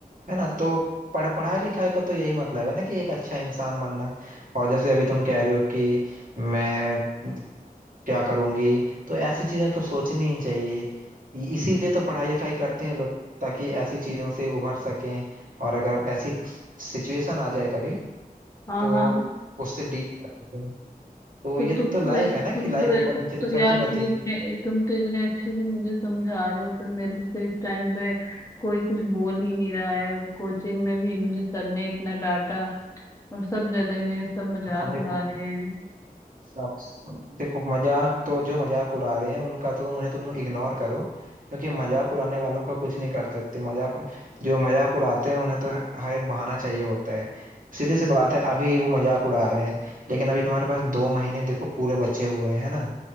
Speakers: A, on the right; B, on the left.
A: है ना तो पढ़ पढ़ाई लिखाई का तो यही मतलब है ना कि एक अच्छा इंसान बनना और जैसे अभी तुम कह रहे हो कि मैं क्या करूंगी तो ऐसी चीजें तो सोचनी ही चाहिए इ- इसीलिए तो पढ़ाई लिखाई करते हैं लोग ताकि ऐसी चीजों से उभर सकें और अगर ऐसी सिचुएशन आ जाए कभी
B: हाँ
A: तो
B: हाँ
A: उससे डील कर सकें तो
B: तो
A: ये
B: तुम तो
A: तो लाइफ
B: तुम
A: है ना कि लाइफ
B: तो
A: ऊपर
B: तुम
A: नीचे तो
B: तो
A: चलती
B: यार मुझे
A: रहती है
B: इतने- तुम तो इतने अच्छे से मुझे समझा रहे हो पर मेरे से तो इस टाइम पे कोई कुछ बोल ही नहीं रहा है कोचिंग में भी मुझे सर ने इतना डांटा और सब जगह मेरे सब मजाक
A: हाँ देखो
B: उड़ा रहे हैं
A: सब देखो मजाक तो जो मजाक उड़ा रहे हैं उनका तो उन्हें तुम इग्नोर करो क्योंकि मजाक उड़ाने वालों का कुछ नहीं कर सकते मजाक जो मजाक उड़ाते हैं उन्हें तो ह- हर एक बहाना चाहिए होता है सीधी सी बात है अभी वो मजाक उड़ा रहे हैं लेकिन अभी तुम्हारे पास दो महीने देखो पूरे बचे हुए हैं है ना